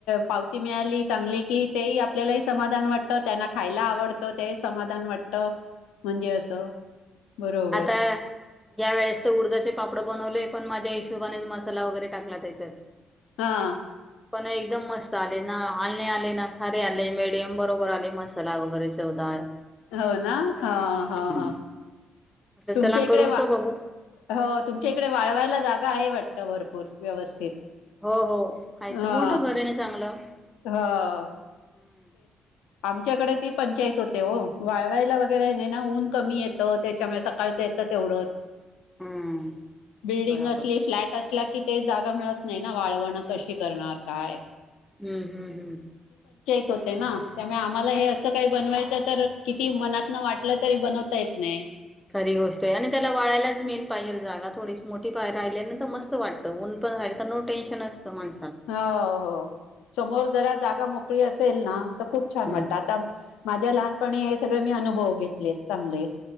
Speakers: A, on the left (about 75°); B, in the centre.
A: पावती मिळाली चांगली की तेही आपल्यालाही समाधान वाट... त्यांना खायला आवडतं ते समाधान वाटतं..
B: मग
A: म्हणजे असं... बरोबर
B: आता या वेळेस तर उडदाचे पापड बनवले पण माझ्या हिश... म वर टाला त्याच्या
A: हा
B: पण एक मत.... हालणे आले ना खारीे आले मडियम बरोबर आले मसाला वगैरे चवदार...
A: हो ना हा
B: हम्म
A: हा हा..
B: आता
A: तुमच्या
B: चला
A: इकडे
B: करून
A: वा
B: त बघू..
A: हो तुमच्या इकडे वाळवायला जागा आहे वाटत भरपूर व्यवस्थित...
B: हो हो ह
A: हा
B: तर मोठं घर आहे नाही चांगलं हम...
A: ह आमच्याकडे ती पंचायत होते वाळवायला वगैरे ऊन कमी येत त्याच्या... सकाळ येत एवढ
B: हम्म
A: बिल्डंग
B: बराबर
A: अस
B: हम्म
A: फ्ल अस क... ते जागा मिळत नाही ना वाळवण कशी करणार काय...
B: हम्म हम्म हम्म...
A: हो ना त्यामुळे आम्हाला हे असं काही बनवायच. तर किती मनात न वाटलं तरी बनवता येत नाही.
B: कधी गोष्ट आहे आणि त्याला वाळाायलाच मेन पाहिजे जागा थोडी मोठी पायर राहिली ना तर मस्त वाट... न पण रायचो टेनशन असतं माण..
A: हो हो समोर जरा जागा मोकळी असेल ना. तर खूप छान
B: हम्म.
A: वाटतं आता माझ्या लहानपणी हे सगळे मी अनुभव घेतले चांगले..